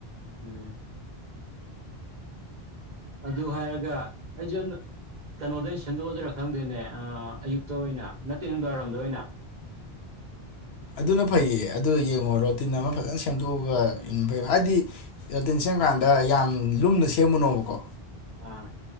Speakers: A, on the right; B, on the left.
A: ꯎꯝ ꯑꯗꯨ ꯍꯥꯏꯔꯒ ꯑꯩꯁꯨ ꯀꯩꯅꯣꯗꯩꯅ ꯁꯦꯝꯗꯣꯛꯑꯗꯣꯏꯔꯥ ꯈꯪꯗꯦꯅꯦ ꯑꯌꯨꯛꯇ ꯑꯣꯏꯅ ꯅꯠꯇꯦꯗꯥꯋꯥꯏꯔꯝꯗ ꯑꯣꯏꯅ
B: ꯑꯗꯨꯅ ꯐꯩꯌꯦ ꯑꯗꯨ ꯌꯦꯡꯉꯣ ꯔꯣꯇꯤꯟ ꯑꯃ ꯐꯖꯅ ꯁꯦꯝꯗꯣꯛꯑꯒ
A: ꯎꯝ
B: ꯏꯟꯕ ꯍꯥꯏꯗꯤ ꯔꯇꯤꯟ ꯁꯦꯝꯀꯥꯟꯗ ꯌꯥꯝ ꯂꯨꯝꯅ ꯁꯦꯝꯕꯅꯣꯕꯀꯣ
A: ꯑꯥ